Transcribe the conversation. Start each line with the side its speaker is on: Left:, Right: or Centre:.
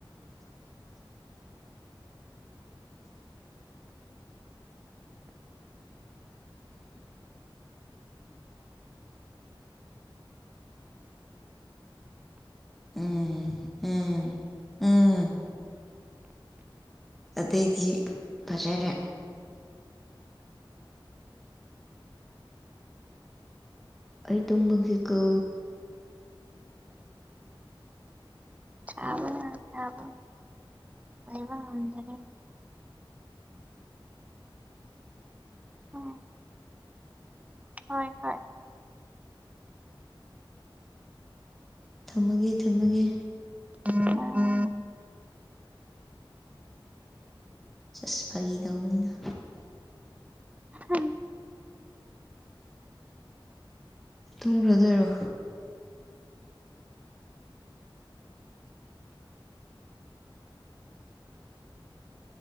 Centre: ꯎꯝ ꯎꯝ ꯎꯝ ꯑꯇꯩꯗꯤ ꯐꯖꯔꯦ ꯑꯩꯇꯦꯝꯒꯤꯀ
Right: ꯆꯕ ꯆꯕ ꯑꯣꯏꯩꯕ ꯃꯟꯗꯔꯦ ꯎ ꯍꯣꯏ ꯍꯣꯏ
Centre: ꯊꯝꯃꯒꯦ ꯊꯝꯃꯒꯦ
Right: ꯎꯝ ꯎꯝ
Centre: ꯆꯁ ꯐꯥꯒꯤꯗꯧꯕꯅꯤꯅ
Right: ꯍꯝ
Centre: ꯇꯨꯝꯈ꯭ꯔꯗꯣꯏꯔꯣ